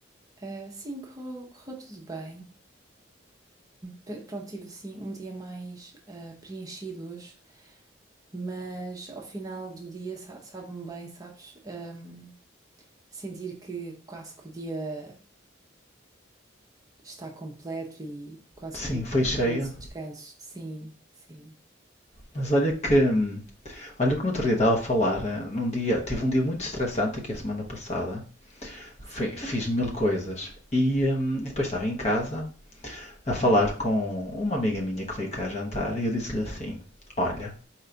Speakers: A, on the right (about 20°); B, on the left (about 35°).
A: Ah, sim, correu, correu tudo bem. P- pronto, tive assim um dia mais ah, preenchido hoje, mas ao final do dia sa- sabe-me bem, sabes? Ahm, sentir que quase que o dia está completo e quase
B: Sim,
A: que
B: foi cheia.
A: merece descanso. Sim, sim,
B: Mas olha que. hum, Olha que no outro dia estava a falar. eh, Num dia, tive um dia muito estressante aqui a semana passada.
A: sim,
B: Fi- Fiz mil coisas. E, hum, e depois estava em casa a falar com uma amiga minha que veio cá jantar e eu disse-lhe assim: Olha,